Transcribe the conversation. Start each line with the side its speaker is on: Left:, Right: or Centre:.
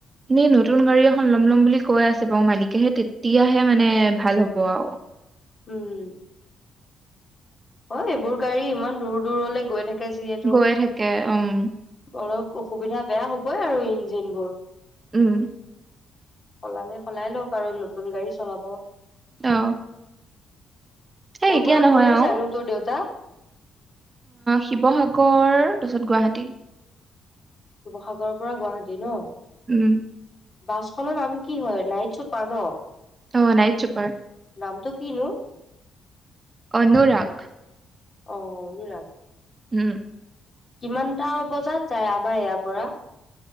Right: এনে নতুন গাড়ী এখন ল'ম ল'ম বুলি কৈ আছে বাৰু মালিকে হে তেতিয়াহে মানে ভাল হ'ব আৰু।
Left: উম। অ এইবোৰ গাড়ী ইমান দূৰ দূৰলৈ গৈ থাকে। যিহেতু,
Right: গৈয়ে থাকে উম
Left: অলপ অসুবিধা বেয়া হ'বই আৰু ইঞ্জিন বোৰ।
Right: উম।
Left: সলালে সলাই লক কাৰ নতুন গাড়ী চলাব।
Right: অ। সেই
Left: ক'ৰ
Right: এতিয়া
Left: পৰা
Right: নহয়
Left: ক'লে
Right: আৰু।
Left: যায়নো তোৰ দেউতা?
Right: শিৱসাগৰ তাৰ পাছত গুৱাহাটী।
Left: শিৱসাগৰৰ পৰা গুৱাহাটী ন?
Right: উম
Left: বাছখনৰ নাম কি? কি হয় নাইট ছুপাৰ ন?
Right: অ নাইট ছুপাৰ।
Left: নামটো কিনু?
Right: অনুৰাগ।
Left: অ অনুৰাগ
Right: উম
Left: কিমানটা বজাত যায় আমাৰ ইয়াৰ পৰা?